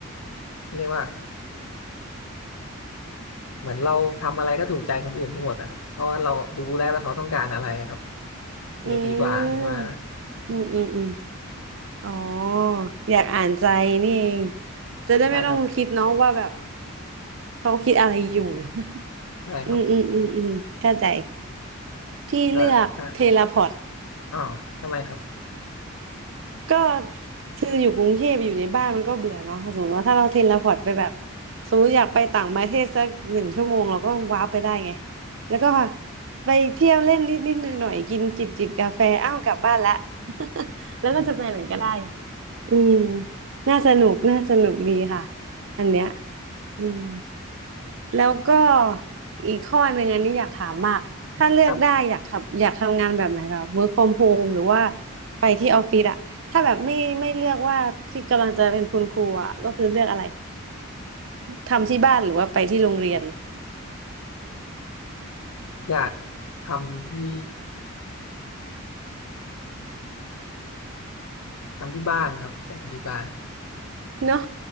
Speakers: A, on the left; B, on the right.
A: เขาเรียกว่าเหมือนเราทำอะไรก็ถูกใจคนอื่นไปหมดอ่ะัเพราะว่าเรารู้ได้ว่าเขาต้องการอะไรครับมันจะดีกว่าผมว่านะ
B: อืมอืมอืมอืมอ๋ออยากอ่านใจนี่เองจะได้ไม่ต้องคิดเนาะว่าแบบ
A: ใช่ครับ
B: เขาคิดอะไรอยู่ <laughs>
A: ใช่ครับ
B: อืมอืมอืมอืมเข้าใจพี่เลือกเทเลพอร์ต
A: ก็อ่าครับอ๋อทำไมครับ
B: ก็คืออยู่กรุงเทพอยู่ในบ้านมันก็เบื่อเนาะถ้าสมมติว่าถ้าเราเทเลพอร์ตไปแบบสมมติอยากไปต่างประเทศสักหนึ่งชั่วโมงเราก็ว้าร์ปไปได้ไงแล้วก็ไปเที่ยวเล่นนิดนิดหน่อยหน่อยๆกินจิบจิบกาแฟอ้าวกลับบ้านละ <laughs> แล้วก็จะไปไหนก็ได้
A: อืม
B: อืมน่าสนุกน่าสนุกดีค่ะอันเนี้ยอืม แล้วก็อีกข้อหนึ่งอันนี้อยากถามมากถ้าเลือกได้อยากขับอยากทำงานแบบไหนแบบ
A: ครับ
B: work from home หรือว่าไปที่ออฟฟิศอะถ้าแบบไม่ไม่เลือกว่าที่กำลังจะเป็นคุณครูอะก็คือเลือกอะไรทำที่บ้านหรือว่าไปที่โรงเรียน
A: อยากทำที่ทำที่บ้านครับอยากทำที่บ้าน
B: เนาะ